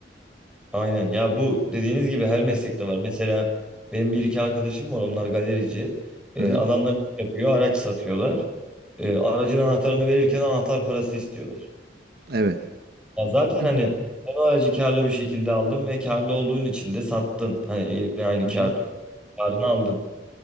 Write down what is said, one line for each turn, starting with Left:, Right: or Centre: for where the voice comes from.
Centre: Aynen ya bu dediğiniz gibi her meslekte var. Mesela benim bir iki arkadaşım var onlar galerici. Ee,
Right: Hı hı.
Centre: adamlar iş yapıyor araç satıyorlar. Ee, aracın anahtarını verirken anahtar parası istiyorlar.
Right: Evet.
Centre: Ya zaten
Right: Hı
Centre: hani
Right: hı.
Centre: hem aracı karlı bir şekilde aldın ve karlı olduğun için de sattın. Hani yine aynı
Right: Hı
Centre: kar,
Right: hı.
Centre: karını aldın.